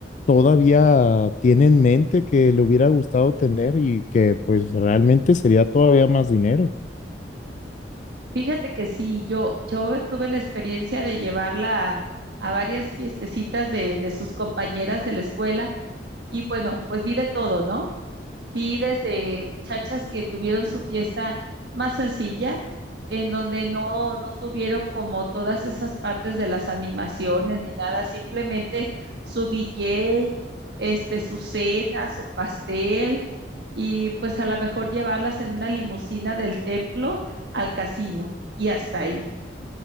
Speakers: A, on the left; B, on the right.
A: todavía tiene en mente que le hubiera gustado tener y que pues realmente sería todavía más dinero.
B: fíjate que sí, yo, yo tuve la experiencia de llevarla a, a varias fiestecitas de, de sus compañeras de la escuela y bueno, pues vi de todo, ¿no? Vi desde muchachas que tuvieron su fiesta más sencilla, en donde no, no tuvieron como todas esas partes de las animaciones ni nada, simplemente su DJ, este, su cena, su pastel, y pues a lo mejor llevarlas en una limusina del templo al casino y hasta ahí